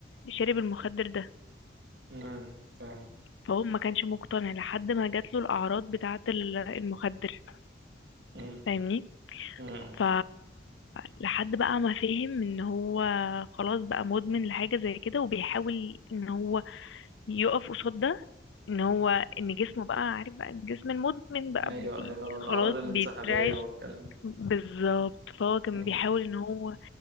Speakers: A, on the left; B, on the right.
A: شارب المخدر ده
B: مم. فاهم
A: فهو ما كانش مقتنع لحد ما جات له الاعراض بتاعة ال- المخدر
B: مم.
A: فاهمني
B: مم.
A: ف لحد بقى ما فهم ان هو خلاص بقى مدمن لحاجة زي كده وبيحاول ان هو يقف قصاد ده ان هو ان جسمه بقى عارف بقى الجسم المدمن بقى
B: ايوه
A: بي
B: ايوه الاعراض
A: خلاص
B: الانسحابيه
A: بيترعش
B: والكلام ده
A: بالظبط فهو كان
B: مم.
A: بيحاول ان هو